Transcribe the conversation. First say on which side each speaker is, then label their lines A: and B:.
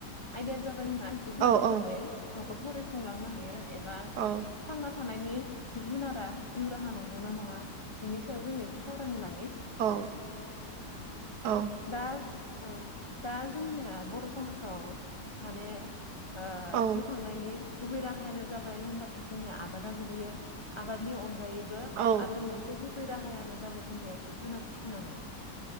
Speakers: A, on the left; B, on the right.
A: आयदायाया जाबाय जोंना जिब जुनार
B: औ
A: फिसिनानै
B: औ
A: न'खरफोरै खुंलांनो हायो एबा
B: औ
A: थांना थानायनि जिब जुनारा जिउ राहा नंगौ ना नङा बिनि सायाव जोङो एसे सावरायनो लानि?
B: औ औ
A: दा ओं दा जोंनिया बर' समाजाव माने ओ
B: औ
A: जिउ खांनायनि गुबै राहायानो जाबाय होनबाथाय जोंनिया आबादा गोगलैयो आबादनि अनगायै बो
B: औ
A: आरो मोनसे है राहायानो जाबाय जोंनिया जिब जुनार फिसिनानै।